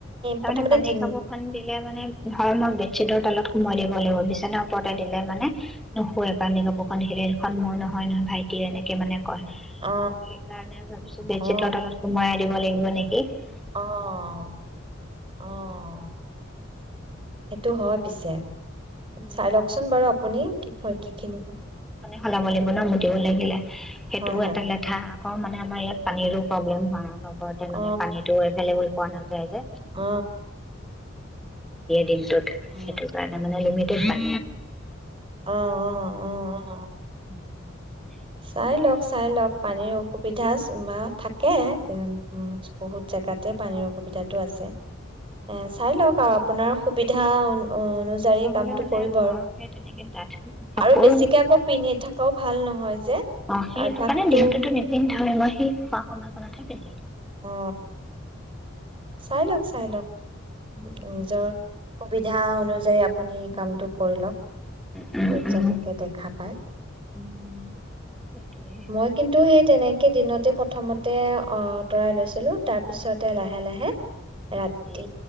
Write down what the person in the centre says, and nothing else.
তাৰমানে
পানীৰ
কাপোৰখন দিলে মানে ধম চিদৰ তলত সোমাই দিব লাগিব বিচনাাৰ ওপৰতে দিলে মানে নুশোৱে পমি কপুখন দেখিলে এইখন মোৰ নহয় নহয় ভাইটিৰ এনেকে মানে কয় ত
সেইকাৰণে ভাবিছো বেড
চিটৰ তালত সোমাই আ দিব লাগিব নেকি এক
উম
খলাব লাগিব ন মুতিব লাগিলে সেইটোও
এটা লেঠা আ মানে আমাৰ ইয়াত পানীৰো প্ৰব্লেম হয় আৰু ঘৰ
মানে পানীটো এভলেবল পোৱা নাযায় যে
দিনটোত
সেইটো কাৰণে মানে লিমিট পান
লাগে
সেইটোৱে
কথা
নহ'লে
মানে
অ
সেই তেনেকে ডাঠ কাপোৰ
অ সেইটো
কাৰণে দিনটোতো নিপিন্ধা হয় মই সেই খোৱা সময় নাথাকে
উম
উম
উম
উম সেইটোৱে
তাকে